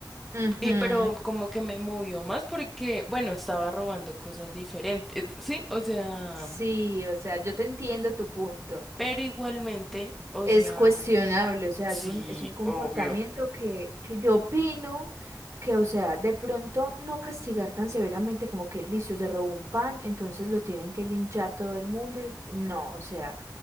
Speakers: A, on the right; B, in the centre.
A: Ujú.
B: Y, pero como que me movió más porque, bueno, estaba robando cosas diferentes, <laughs> ¿sí? O sea...
A: Sí, o sea, yo te entiendo tu punto.
B: Pero igualmente, o
A: Es
B: sea,
A: cuestionable, o sea,
B: sí,
A: es un, es un comportamiento
B: obvio.
A: que, que yo opino que, o sea, de pronto no castigar tan severamente como que listo, se robó un pan, entonces lo tienen que linchar todo el mundo. y- No, o sea,